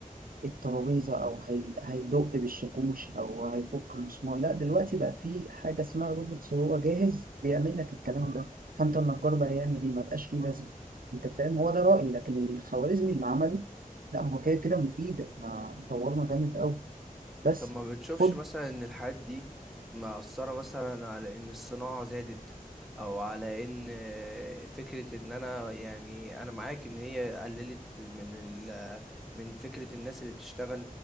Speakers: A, on the right; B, in the centre.
A: الترابيزة أو هي... هيدق بالشاكوش أو هيفك المسمار لا دلوقتي بقى في حاجة اسمها روبوت هو جاهز بيعمل لك الكلام ده فأنت النجار بقى يعمل إيه مبقاش ليه لازمة أنت فاهم هو ده رأيي لكن الخوارزمي اللي عمله لا هو كده كده مفيد ما طورنا جامد أوي بس
B: طب ما بتشوفش
A: خد
B: مثلا ان الحاجات دي مأثرة مثلا على ان الصناعة زادت او على ان آه، فكرة ان انا يعني انا معاك ان هي قللت من ال من فكرة الناس اللي بتشتغل